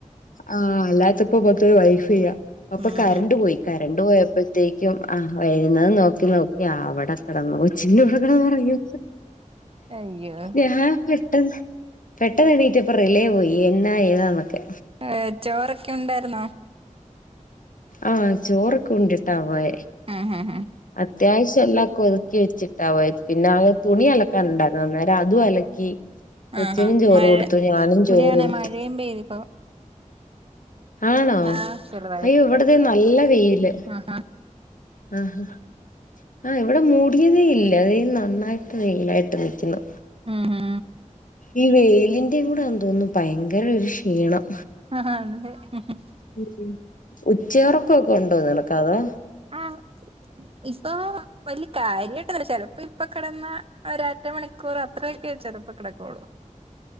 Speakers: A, on the left; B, on the right.
A: ആ അല്ലാത്തപ്പോ പത്ത വൈഫൈ ചെയ്യാം
B: ഉം
A: കറണ്ട് പോയി കറണ്ട് പോയപ്പോഴത്തേക്കും ആഹ് വരുന്നത് നോക്കി നോക്കി അവിടെ കിടന്ന ഒച്ചി ഇവിടെ കടന്ന് ഇറങ്ങി
B: അയ്യോ
A: ഞൻ പെട്ടെന്ന് പെട്ടെന്ന് എണീറ്റ പെട്ടന്ന് എണീറ്റപ്പോ റിലേ പോയി എന്ന താ നമുക്ക്
B: ഏ ചോറൊക്കെ ഉണ്ടായിരുന്നോ
A: ആഹ ചോറൊക്കെ ഉണ്ടിട്ടാ പോയെ
B: ആ ഹഹ
A: അത്യാവശ്യം എല്ലാംക്കെ ഒതുക്കി വെച്ചിട്ടാ പോയെ. പിന്നെ അങ്ങ് തുണി അലക്കാനുണ്ടായിരുന്നു. അന്നേരം അതു അലക്കി. കൊച്ചിനും
B: ആഹാ
A: ചോറ്
B: മഴ
A: കൊടുത്തു ഞാനും
B: ഇവിടെയാണ്
A: ചോറ് ണ്ടു.
B: മഴയും പെയ്തിപ്പോ
A: ആണോ
B: ആഹ് ചെറുതായിട്ട്
A: അയ്യോ ഇവിടതെ നല്ല വെയില്
B: ആഹാ
A: ആ ഹ ആഹ് ഇവിടെ മൂടിയതേ ഇല്ല ദേ നന്നായിട്ട് വെയിലായിട്ട് നിക്കുന്നു.
B: ആഹാ
A: ഈ വെയിലിന്റെയും കൂടാന്ന് തോന്നുന്നു ഭയങ്കര ഒരു ക്ഷീണം
B: ആഹാ <unintelligible>
A: ഉം ഉം. ഉച്ചയുറക്കൊക്കെ ഉണ്ടോ നിനക്കതോ
B: ആഹ്. ഇപ്പൊ വലിയ കാര്യായിട്ടൊന്നില്ല ചിലപ്പോ ഇപ്പ കിടന്നാ ഒരരമണിക്കൂറോ അത്രയൊക്കെ ചിലപ്പ കിടക്കോള്ളു.